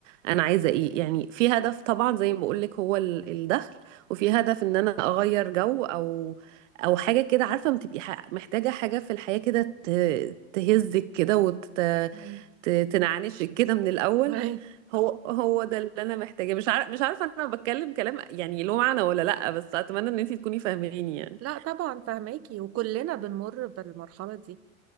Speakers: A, on the right; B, on the right.
A: انا عايزة ايه يعني في هدف طبعا زي ما بقولك هو ال- الدخل وفي هدف ان انا اغير جو او او حاجة كده عارفة ما تبقي ح- محتاجة حاجة في الحياة كده ت- تهزك كده وت...
B: مهم.
A: ت- تنعنشك كده من الأول
B: أيوة.
A: هو هو ده اللي انا محتاجاه مش عارف مش عارفه انا بتكلم كلام يعني له معنى ولا لا بس اتمنى ان انتي تكوني فاهماني يعني
B: لا طبعا فهماكي وكلنا بنمر بالمرحلة دي